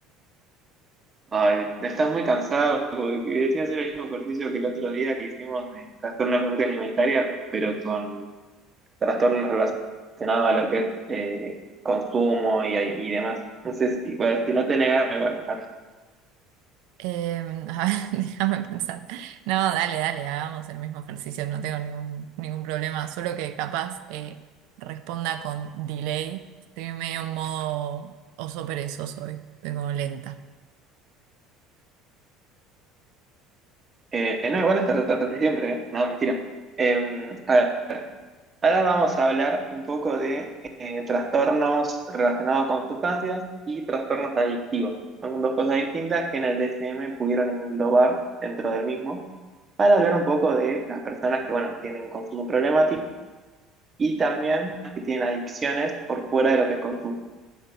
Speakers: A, on the right (about 20°); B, on the right (about 70°).
A: Ay, estás muy cansado porque quería hacer el mismo ejercicio que el otro día que hicimos de trastorno de conducta alimentaria, pero con trastornos relacionados a lo que es eh, consumo y, y demás. No sé si, pues, si no te negas, igual. ah,
B: Eh, a ver, <laughs> déjame pensar. No, dale, dale, hagamos el mismo ejercicio, no tengo ningún, ningún problema, solo que capaz eh, responda con delay. Estoy medio en modo oso perezoso hoy, estoy como lenta.
A: Eh, no, igual estás, estás así siempre, ¿eh? No, mentira. Eh, a ver, ahora vamos a hablar un poco de eh, trastornos relacionados con sustancias y trastornos adictivos. Son dos cosas distintas que en el DSM pudieron englobar dentro del mismo. para hablar un poco de las personas que, bueno, tienen consumo problemático y también que tienen adicciones por fuera de lo que es consumo.